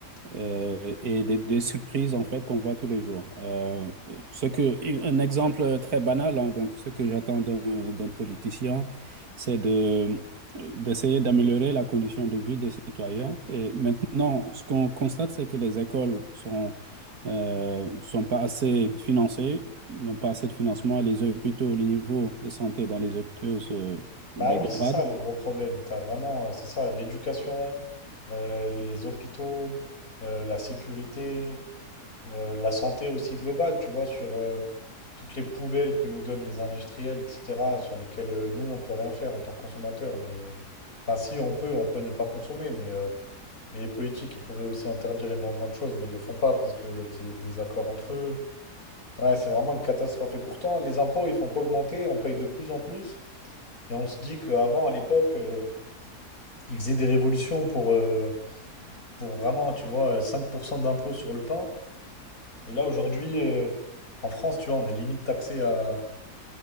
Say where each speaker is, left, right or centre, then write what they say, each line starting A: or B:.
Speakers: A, on the right (about 65°); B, on the left (about 60°).
A: euh, et des, des surprises en fait qu'on voit tous les jours. Euh, ce que, un exemple très banal, hein, donc ce que j'attends d'un d'un politicien, c'est de, d'essayer d'améliorer la condition de vie des citoyens. Et maintenant, ce qu'on constate, c'est que les écoles sont, euh, sont pas assez financées, n'ont pas assez de financement. Les hôpitaux, le niveau de santé dans les hôpitaux se
B: Bah
A: dégrade.
B: oui, c'est ça le gros problème. T'as vraiment, euh, c'est ça, l'éducation, euh, les hôpitaux, euh, la sécurité, euh, la santé aussi globale, tu vois, sur euh, toutes les poubelles que nous donnent les industriels, etc., sur lesquelles euh, nous, on peut rien faire en tant que consommateurs. Mais enfin, si on peut, on peut ne pas consommer, mais euh, Mais les politiques, ils pourraient aussi interdire énormément de choses, mais ils le font pas parce que c'est des accords entre eux. Ouais, c'est vraiment une catastrophe. Et pourtant, les impôts, ils font qu'augmenter, on paye de plus en plus. Et on se dit qu'avant, à l'époque, euh, ils faisaient des révolutions pour, euh, pour vraiment, tu vois, euh, 5% d'impôts sur le pain. Et là, aujourd'hui, euh, en France, tu vois, on est limite taxé à...